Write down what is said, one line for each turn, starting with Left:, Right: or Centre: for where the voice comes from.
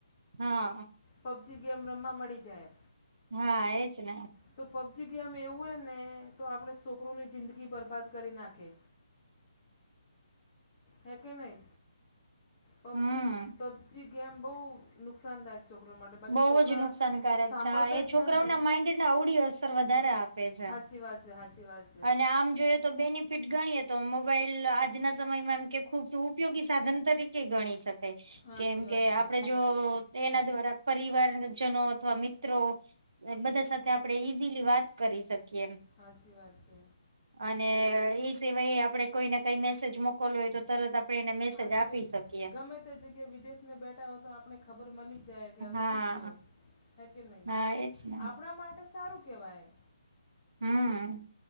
Right: હા.
Left: પબજી ગેમ રમવા મળી જાય.
Right: હા એજ ને.
Left: તો પબજી ગેમ એવું હે ને તો આપણે છોકરોની જિંદગી બરબાદ કરી નાખે. હે કે નહી પબજી
Right: હમ
Left: પબજી ગેમ બહુ નુકસાનદાયક. છોકરો માટે બાકી
Right: બહુ
Left: છોકરા
Right: જ નુકસાનકારક
Left: સાંભળતા
Right: છે હા એ
Left: જ
Right: છોકરાઓના
Left: નહીં ને
Right: માઈન્ડ ને અવડી અસર વધારે આપે છે.
Left: હાચી વાત છે હાચી વાત છે.
Right: અને આમ જોએ તો બેનિફિટ ગણી તો મોબાઈલ આજના સમયમાં એમ કે. ખૂબ ઉપયોગી સાધન તરીકે ગણી શકાય
Left: સાચી
Right: કેમ
Left: વાત
Right: કે
Left: છે
Right: આપડે જો. એના દ્વારા પરિવારજનો અથવા મિત્રો. બધા સાથે આપડણે ઈઝીલી વાત કરી શકીએ એમ.
Left: હાચી વાત છે.
Right: અને એ સિવાય આપડે કોઈ ને કઈ મેસેજ મોક. મોકોલો હોય તો તરત આપણે એને મેસેજ
Left: સાચી
Right: આપી
Left: વાત
Right: શકીએ.
Left: ગમે તે જગ્યા એ વિદેશમાં બેઠા હોય તો આપણે ખબર મળીજ જાય કે હવે
Right: હા
Left: શું થયું. હ કે નહીં
Right: હા એજ ને
Left: આપણા માટે સારું કહેવાય.
Right: હમ